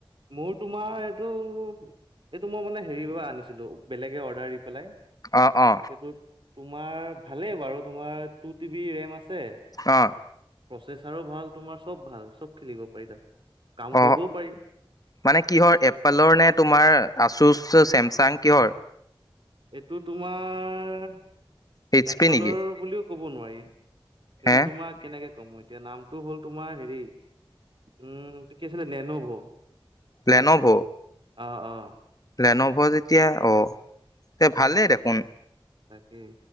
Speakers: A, on the right (about 60°); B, on the left (about 40°).
A: মোৰ তোমাৰ এইটো এইটো মই মানে হেৰি পৰা আনিছিলো। বেলেগে অৰ্ডাৰ দি পেলাই।
B: অ অ
A: সেইটো তোমাৰ ভালেই বাৰু। তোমাৰ টু টি বি ৰেম আছ- ছে,
B: অ
A: প্ৰচেচাৰো ভাল তোমাৰ, চব ভাল, চব খেলিব পাৰি তাত। কাম
B: অ
A: কৰিবও পাৰি।
B: মানে কিহৰ এপ্পেলৰ নে, তোমাৰ আচোচ, চেমচাং কিহৰ?
A: এইটো তোমাৰ
B: এইচ
A: এপ্পেলৰ
B: পি নেকি
A: বুলিও ক'ব নোৱাৰি। এইটো
B: হে
A: তোমাক কেনেকে- কম এতিয়া নামটো হ'ল তোমাৰ হেৰি উম, কি আছিলে, নেন'ভ।
B: প্লেন'ভ?
A: অ অ।
B: প্লেন'ভৰ যেতিয়া, অ। তে ভালেই দেখোন।
A: তাকেই